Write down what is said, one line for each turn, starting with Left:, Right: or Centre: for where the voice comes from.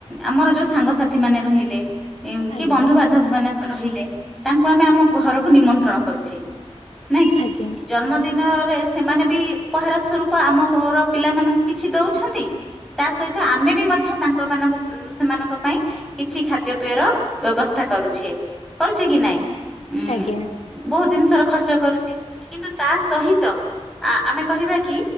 Centre: ଆମର ଯୋଉ ସାଙ୍ଗସାଥି ମାନେ ରହିଲେ କି
Left: ଆଜ୍ଞା
Centre: ବନ୍ଧୁବାନ୍ଧବ ମାନେ ରହିଲେ ତାଙ୍କୁ ଆମେ ଆମ ଘରକୁ ନିମନ୍ତ୍ରଣ କରୁଛେ। ନାଇଁ
Left: ଆଜ୍ଞା
Centre: କି ଜନ୍ମଦିନରେ ସେମାନେ ବି ଉପହାର ସ୍ୱରୂପ ଆମ ଘର ପିଲାମାନଙ୍କୁ କିଛି ଦଉ ଛନ୍ତି ତା ସହିତ ଆମେ ବି ମଧ୍ୟ ତାଙ୍କ ମାନଙ୍କ ସେମାନଙ୍କ ପାଇଁ କିଛି ଖାଦ୍ୟ ପେୟ ର ବ୍ୟବସ୍ଥା କରୁଛେ କରୁଛେ କି ନାଇଁ? ଉଁ
Left: ଆଜ୍ଞା।
Centre: ବହୁତ ଜିନିଷ ର ଖର୍ଚ୍ଚ କରୁଚେ। କିନ୍ତୁ ତା ସହିତ ଆ ଆମେ କହିବା କି